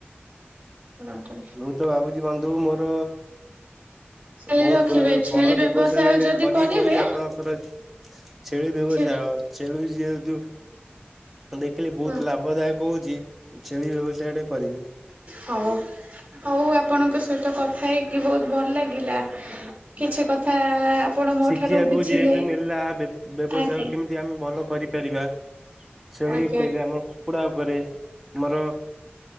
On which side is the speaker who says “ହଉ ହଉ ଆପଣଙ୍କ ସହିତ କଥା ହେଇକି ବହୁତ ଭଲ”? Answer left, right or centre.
Right